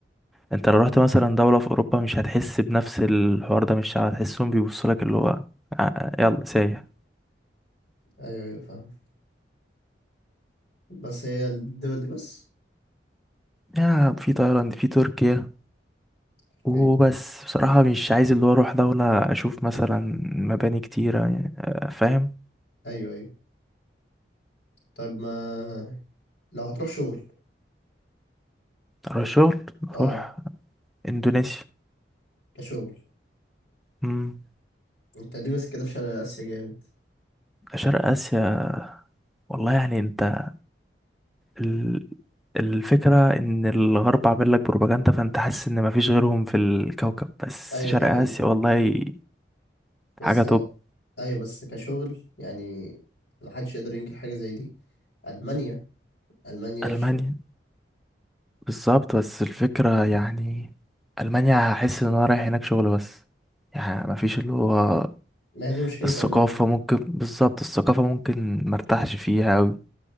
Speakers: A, in the centre; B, on the left.
A: انت لو رحت مثلا دولة في اوروبا مش هتحس بنفس الحوار ده من الشعب هتحسهم بيبصوا لك اللي هو آه، آه، يلا سايح
B: ايوه ايوه فاهم بس هي الدول دي بس
A: يا في تايلاند في تركيا
B: اوكي
A: وبس بصراحة مش عايز اللي هو أروح دولة أشوف مثلا مباني كتيرة يعني، آه، فاهم
B: ايوه ايوه طيب ما لو هتروح شغل
A: أروح شغل
B: اه
A: أروح إندونيسيا
B: كشغل
A: مم.
B: انت ليه بس كده في شرق اسيا جامد
A: شرق آسيا والله يعني أنت ال- الفكرة إن الغرب عامل لك بروباجندا فأنت حاسس إن مفيش غيرهم في الكوكب بس
B: ايوه
A: شرق
B: دي حقيقة
A: آسيا والله
B: بس
A: حاجة توب
B: ايوه بس كشغل يعني محدش يقدر ينكر حاجة زي دي ألمانيا ألمانيا
A: ألمانيا
B: الشغل
A: بالظبط بس الفكرة يعني ألمانيا هحس إن أنا رايح هناك شغل بس يعني مفيش اللي هو
B: ما هي دي مشكلة
A: الثقافة
B: ألمانيا
A: ممكن بالظبط الثقافة ممكن مرتاحش فيها أوي